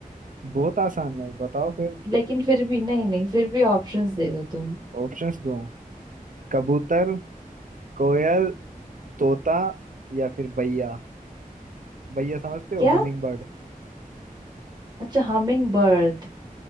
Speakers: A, on the right; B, on the right.
A: बहुत आसान है बताओ फिर
B: लेकिन फिर भी नहीं नहीं फिर भी ऑप्शंस दे दो तुम
A: ऑप्शंस दो कबूतर कोयल तोता या फिर बैया बैया समझते हो
B: क्या
A: Hummingbird
B: अच्छा हमिंग बर्ड